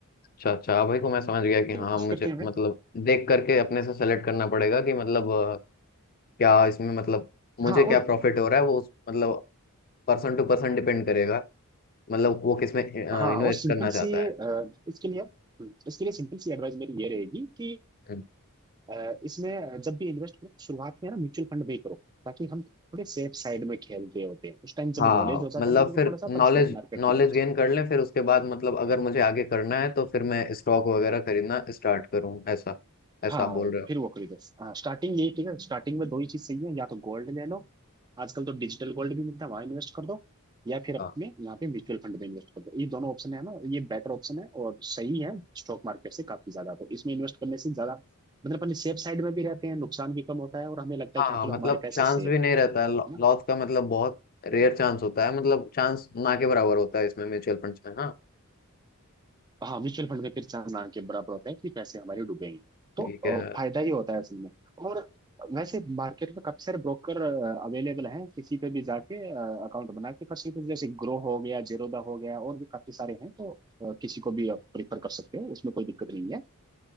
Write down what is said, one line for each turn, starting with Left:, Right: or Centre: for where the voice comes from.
Left: अच्छा अच्छा अब वही को मैं समझ गया कि
Right: तो
Left: हाँ
Right: उस
Left: मुझे
Right: करके हमें
Left: मतलब देख करके अपने से सेलेक्ट करना पड़ेगा कि मतलब अ, क्या इसमें मतलब मुझे
Right: हाँ
Left: क्या
Right: और
Left: प्रॉफिट हो रहा है वो उस- मतलब पर्सन टू पर्सन डिपेंड करेगा मतलब वो किसमें इन्वेस्ट
Right: हाँ और सिंपल
Left: करना चाहता
Right: सी
Left: है
Right: अ, इसके लिए हम्म, इसके लिए सिंपल सी एडवाइस मेरी ये रहेगी कि
Left: हम्म।
Right: अ, इसमें जब भी इन्वेस्ट करो तो शुरुआत में ना म्यूचुअल फंड में ही करो ताकि हम थोड़े सेफ साइड में खेल रहे होते हैं उस टाइम
Left: हाँ
Right: जब नॉलेज हो जाता
Left: मतलब
Right: है बंदे को
Left: फिर
Right: थोड़ा सा
Left: नॉलेज
Right: तब स्टॉक मार्केट
Left: नॉलेज
Right: की तरफ
Left: गेन
Right: जाओ
Left: कर लें फिर उसके बाद मतलब अगर मुझे आगे करना है तो फिर मैं स्टॉक वगैरह खरीदना स्टार्ट करूँ ऐसा ऐसा
Right: हाँ
Left: आप बोल रहे हो
Right: फिर वो खरीदो हाँ स्टार्टिंग यही ठीक है स्टार्टिंग में दो ही चीज सही है या तो गोल्ड ले लो आजकल तो डिजिटल गोल्ड भी मिलता है वहां इन्वेस्ट कर दो या फिर अपने
Left: हाँ
Right: यहाँ पे म्यूचुअल फंड में इन्वेस्ट कर दो ये दोनों ऑप्शन है ना ये बेटर ऑप्शन है और सही है स्टॉक मार्केट से काफी ज्यादा तो इसमें इन्वेस्ट करने से ज्यादा मतलब अपने सेफ साइड में भी रहते हैं नुकसान भी कम होता है और हमें लगता
Left: हाँ
Right: है कि
Left: हाँ,
Right: हाँ चलो
Left: मतलब
Right: हमारे पैसे
Left: चांस
Right: सेफ
Left: भी नहीं रहता है
Right: है
Left: लॉस का मतलब बहुत रेयर चांस होता है मतलब चांस ना के बराबर होता है इसमें म्यूचुअल फंड्स में हाँ
Right: हाँ म्यूचुअल फंड में फिर चांस ना के बराबर होते हैं कि पैसे हमारे डूबेंगे
Left: ठीक
Right: तो अ,
Left: है
Right: फायदा ही होता है असल में और वैसे मार्केट में काफी सारे ब्रोकर अवेलेबल हैं किसी पे भी जाके अकाउंट बना के कर सकते हो जैसे ग्रो हो गया जेरोदा हो गया और भी काफी सारे हैं तो अ, किसी को भी आप प्रिफर कर सकते हो उसमें कोई दिक्कत नहीं है